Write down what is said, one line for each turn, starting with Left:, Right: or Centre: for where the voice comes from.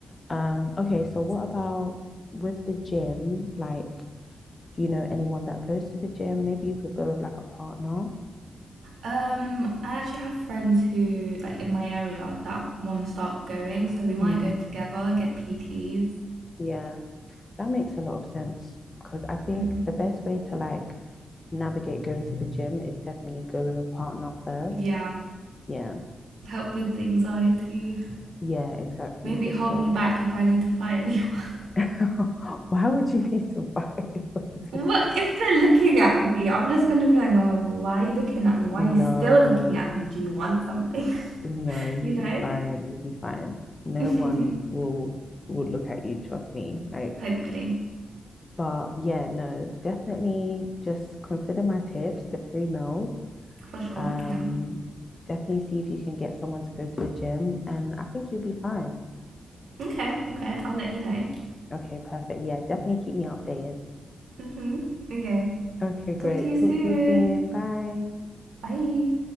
Left: Um, okay, so what about with the gym? Like, Do you know anyone that goes to the gym? Maybe you could go with like a partner.
Right: Um, I actually have friends who, like, in my area that want to start going, so we might
Left: Mm.
Right: go together, get PTs.
Left: Yeah, that makes a lot of sense because I think
Right: hmm
Left: the best way to like navigate going to the gym is definitely go with a partner first.
Right: Yeah,
Left: Yeah,
Right: help with anxiety.
Left: yeah, exactly.
Right: Maybe
Left: Just
Right: hold
Left: so
Right: me back if I need to fight anyone. <laughs>
Left: <laughs> why would you need to buy anybody?
Right: What
Left: <laughs>
Right: if they're looking at me? I'm just gonna be like, well, why are you looking at me? Why
Left: No,
Right: are you still looking at me? Do you want something?
Left: no,
Right: <laughs>
Left: you'll
Right: You know?
Left: be fine. You'll be fine. No
Right: <laughs>
Left: one will will look at you, trust me. Like
Right: Hopefully,
Left: But yeah, no, definitely just consider my tips, the free meals.
Right: for sure.
Left: Um,
Right: Yeah.
Left: definitely see if you can get someone to go to the gym, and I think you'll be fine.
Right: Okay, okay, I'll let you know.
Left: Okay, perfect. Yeah, definitely keep me updated.
Right: hmm Okay.
Left: Okay, great.
Right: Talk to you
Left: Talk
Right: soon.
Left: to you soon. Bye.
Right: Bye.